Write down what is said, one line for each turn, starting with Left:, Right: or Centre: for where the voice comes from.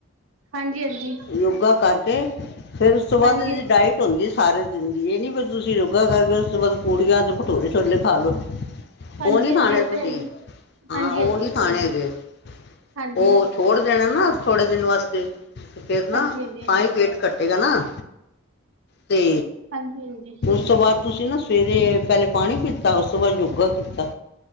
Right: ਹਾਂਜੀ-ਹਾਂਜੀ।
Left: ਯੋਗਾ ਕਰਕੇ ਫੇਰ ਉਸ ਤੋਂ ਬਾਅਦ
Right: ਹਾਂਜੀ
Left: ਏਦੀ ਡਾਇਟ ਹੁੰਦੀ ਸਾਰੇ ਦਿਨ ਦੀ ਏਹ ਨਈ ਵੀ ਤੁਸੀਂ ਯੋ ਗਾ ਕਰਕੇ ਉਸ ਤੋਂ ਬਾਦ ਪੂੜੀਆਂ ਤੇ ਪਠੂਰੇ-ਛੋਲੇ ਖਾ ਲੋ
Right: ਹਾਂਜੀ
Left: ਓ ਨੀ ਖਾਣੇ
Right: ਉਹ ਤਾਂ
Left: ਤੁਸੀਂ
Right: ਹੈ ਹੀ
Left: ਹਾਂ
Right: ਹਾਂਜੀ
Left: ਓ
Right: ਹਾਂਜੀ
Left: ਨੀ ਖਾਣੇ ਹੈਗੇ
Right: ਹਾਂਜੀ
Left: ਓ ਛੋੜ ਦੇਣਾ ਨਾ ਥੋੜੇ ਦਿਨ ਵਾਸਤੇ ਤੇ ਫੇਰ ਨਾ
Right: ਹਾਂਜੀ ਹਾਂਜੀ
Left: ਤਾਂ ਈ ਵੇਟ ਕੱਟੇਗਾ ਨਾ ਤੇ
Right: ਹਾਂਜੀ-ਹਾਂਜੀ।
Left: ਉਸ ਤੋਂ ਬਾਦ ਤੁਸੀਂ ਨਾ ਸਵੇਰੇ ਪੈਲੇ ਪਾਨੀ ਪੀਤਾ ਉਸ ਤੋਂ ਬਾਅਦ ਯੋਗਾ ਕੀਤਾ